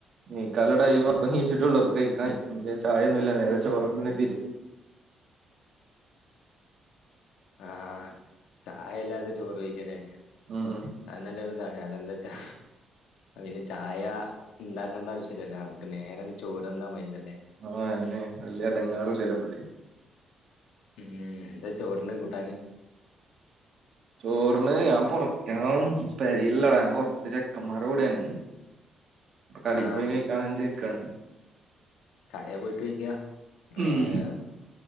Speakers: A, on the right; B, on the left.
A: നീക്കാല്ല ടൈമാപ്പൊ ണീച്ചിട്ടൊള്ളു. അപ്പ കയ്ക്കാൻ <unintelligible> ചായൊന്നുല്ല നേരെ ചോറുണ്ണണെത്തിട്ട്
B: ആഹ് ചായല്ലാതെ ചോറ് കയ്ക്കാല്ലേ
A: ഉം
B: അത് നല്ലൊരിതാ കാരണം എന്ത്‌വെച്ചാ പിന്നെ ചായ ഇണ്ടാക്കണ്ട ആവശ്യല്ലല്ലോ നമുക്ക് നേരനി ചോറ്ന്നാ മതിയല്ലോല്ലേ
A: ആഹ് അന്നേ വലിയ എടങ്ങേറില്ലല്ലോ അപ്പഴത്തെക്ക്‌
B: ഉം എന്താ ചോറിന് കൂട്ടാന്
A: ചോറിന് ഞാൻ പൊറത്തണ് പെരിയില്ലടാ ഞാൻ പൊറത്ത് ചെക്കന്മാരുടെ കൂടെണ് പ്പ കടെപോയി
B: ആഹ്
A: കഴിക്കാൻ വേണ്ടി നിക്കാണ്
B: കടെപോയ്‌ കഴിക്കാം
A: ഉം
B: ഏഹ്